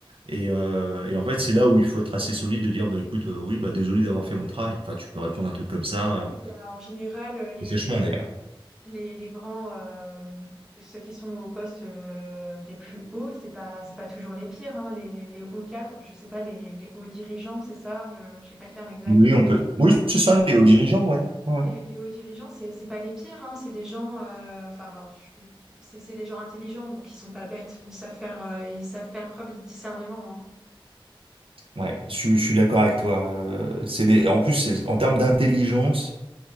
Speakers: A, on the right (about 75°); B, in the centre.
A: Et, euh, et en fait, c'est là où il faut être assez solide de dire, bah écoute, euh, oui, bah désolé d'avoir fait mon travail. Enfin, tu peux répondre à un truc comme ça,
B: Oui,
A: euh,
B: bah, en général, euh, les,
A: et sèchement d'ailleurs.
B: les, les, les grands, euh, ceux qui sont aux postes euh, les plus hauts, c'est pas, c'est pas toujours les pires, hein, les, les hauts cadres, je sais pas, les, les hauts dirigeants, c'est ça, euh, j'ai pas le terme exact.
A: Oui, on peut. Oui, c'est ça, les hauts dirigeants, ouais. Ouais,
B: Les,
A: ouais.
B: les hauts dirigeants, c'est c'est pas les pires, hein, c'est des gens, euh, enfin, je vais- c'est c'est des gens intelligents, donc ils sont pas bêtes, ils savent faire, euh, ils savent faire preuve de discernement. hein.
A: Ouais, je, suis je suis d'accord avec toi. Euh, c'est des... En plus, c'est- en termes d'intelligence,